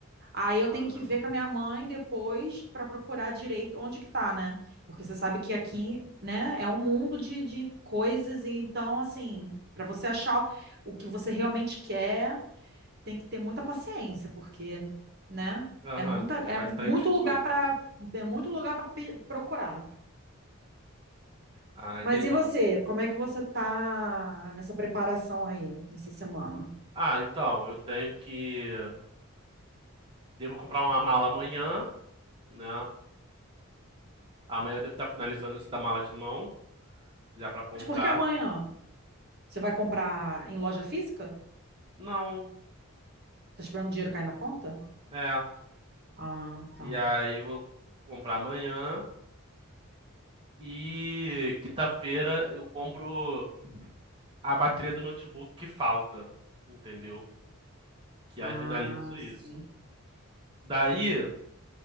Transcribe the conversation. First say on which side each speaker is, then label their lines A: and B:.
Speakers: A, on the right (about 45°); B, on the right (about 20°).
A: Aí eu
B: Aham.
A: tenho que ver com a minha mãe depois para procurar direito onde que tá, né? Porque você sabe que aqui, né, é um mundo de, de coisas, e então, assim, para você achar o que você realmente quer, tem que ter muita paciência, porque, né,
B: Aham,
A: é muita, é
B: é bastante
A: muito lugar
B: coisa.
A: para é muito lugar para procurar.
B: Ah, entendi.
A: Mas e você? Como é que você tá nessa preparação aí, nessa semana?
B: Ah, então, eu tenho que. Devo comprar uma mala amanhã, né? Amanhã eu devo estar finalizando isso da mala de mão, já pra comprar.
A: Mas por que amanhã? Você vai comprar em loja física?
B: Não,
A: Tá esperando o dinheiro cair na conta?
B: é.
A: Ah, tá.
B: E aí eu vou comprar amanhã e quinta-feira eu compro a bateria do notebook que falta, entendeu? Que
A: Ah,
B: aí finalizo isso.
A: sim.
B: Daí